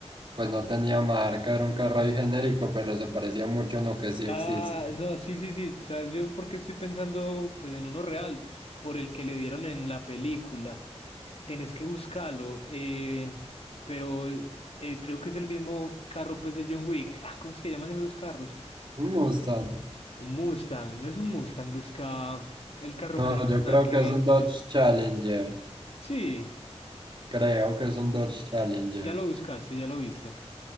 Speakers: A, on the right; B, on the left.
A: pues no tenía marca, era un carro ahí genérico, pero se parecía mucho a lo que sí existe.
B: Ah, no, sí, sí, sí. ¿Sabes yo porque estoy pensando pues en uno real? Por el que le dieron en la película. Tenés que buscarlo. eh, pero eh, creo que es el mismo carro pues de John Wick. Ah, ¿cómo es que llaman esos carros?
A: Un Mustang.
B: Un Mustang. No es un Mustang. Busca el carro
A: No,
B: que le
A: yo
B: dieron
A: creo
B: a Kevin.
A: que es un Dodge Challenger.
B: Sí,
A: Creo que es un Dodge Challenger.
B: ya lo buscaste, ya lo viste.